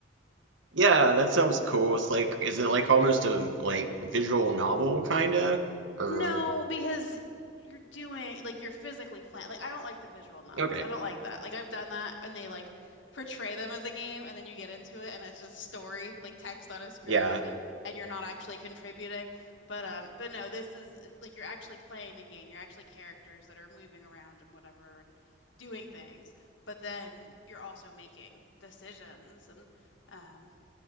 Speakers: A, on the right (about 85°); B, on the left (about 75°).
A: Yeah, that sounds cool. It's like, is it like almost a like visual novel kinda? Or
B: No, because you're doing like you're physically playing. Like I don't like the visual novels.
A: okay.
B: I don't like that. Like I've done that and they like portray them as a game and then you get into it and it's just story, like text on a screen
A: Yeah.
B: and and you're not actually contributing. But um but no, this is like you're actually playing the game. You're actually characters that are moving around and whatever and doing things. But then you're also making decisions and um